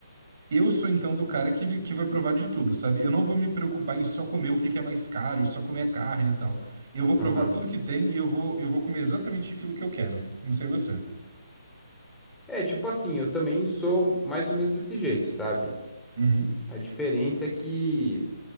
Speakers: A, on the right; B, in the centre.
A: Eu sou então do cara que, ele- que vai provar de tudo, sabe? Eu não vou me preocupar em só comer o que que é mais caro e só comer a carne e tal. Eu vou
B: Aham.
A: provar tudo que tem e eu vou, eu vou comer exatamente aquilo que eu quero. Não sei você.
B: É, tipo assim, eu também sou mais ou menos desse jeito, sabe?
A: Uhum.
B: A diferença é que